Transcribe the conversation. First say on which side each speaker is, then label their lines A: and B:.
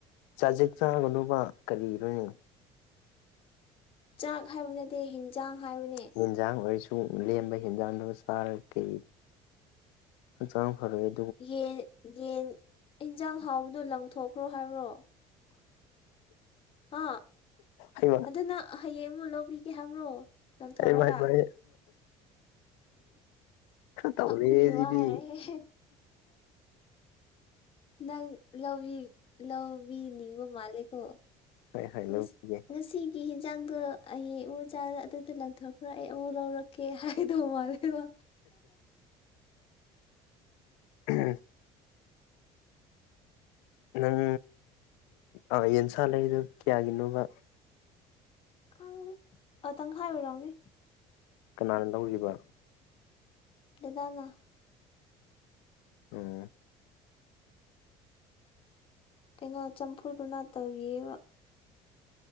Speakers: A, on the left; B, on the left.
A: ꯆꯖꯤꯛ ꯆꯥꯒꯅꯣꯕ ꯀꯔꯤꯅꯣꯏꯅꯦ꯫
B: ꯆꯥꯛ ꯍꯥꯏꯕ ꯅꯠꯇꯦ ꯍꯤꯟꯖꯥꯡ ꯍꯥꯏꯕꯅꯦ꯫
A: ꯌꯦꯟꯖꯥꯡ ꯑꯣꯏꯔꯁꯨ ꯂꯦꯝꯕ ꯍꯦꯟꯖꯥꯡ ꯁꯥꯔ ꯀꯩ <unintelligible> ꯐꯔꯦ
B: ꯌꯦꯟ ꯌꯦꯟ ꯑꯦꯟꯖꯥꯡ ꯍꯥꯎꯕꯗꯣ ꯂꯪꯊꯣꯛꯈ꯭ꯔꯣ ꯍꯥꯏꯕ꯭ꯔꯣ꯫ ꯑꯥ
A: ꯍꯩꯃꯥ
B: ꯑꯗꯨꯅ ꯍꯌꯦꯡ ꯑꯃꯨꯛ ꯂꯧꯕꯤꯒꯦ ꯍꯥꯏꯕ꯭ꯔꯣ ꯂꯪꯊꯣꯛꯔꯒ
A: ꯑꯦꯕꯥꯏꯕꯥꯏ ꯇꯧꯔꯦꯍꯦ
B: ꯄ ꯌ
A: ꯁꯤꯗꯤ
B: ꯋꯥꯔꯦꯦ ꯅꯪ ꯂꯥꯎꯕꯤ ꯂꯥꯎꯕꯤ ꯅꯤꯡꯕꯨꯨ ꯃꯥꯜꯂꯦꯀꯣ꯫
A: ꯍꯣꯏ ꯍꯣꯏ
B: ꯉꯁꯤ
A: ꯂꯧꯕꯤꯒꯦ
B: ꯉꯁꯤ꯫ ꯀꯤ ꯍꯤꯟꯖꯥꯡꯗꯣ ꯑꯩ ꯎ ꯆꯥꯗ ꯑꯗꯨꯗ ꯂꯪꯊꯣꯛꯈ꯭ꯔꯣ ꯑꯩ ꯑꯃꯨꯛ ꯂꯧꯔꯛꯀꯦ ꯍꯥꯏꯗꯧꯕ ꯃꯥꯜꯂꯦꯕ꯫
A: ꯎꯝ ꯅꯪ ꯎꯥ ꯌꯦꯟꯁꯥ ꯂꯩꯗ ꯀꯌꯥꯒꯤꯅꯣꯕ
B: ꯈꯪꯦ ꯑ ꯇꯪ ꯍꯥꯏꯔꯨꯔꯣꯅꯤ
A: ꯀꯅꯥꯅ ꯂꯧꯔꯤꯕ
B: ꯏꯗꯅ
A: ꯑꯣ꯫
B: ꯀꯩꯅꯣ ꯆꯝꯐꯨꯗꯨꯅ ꯇꯧꯏꯕ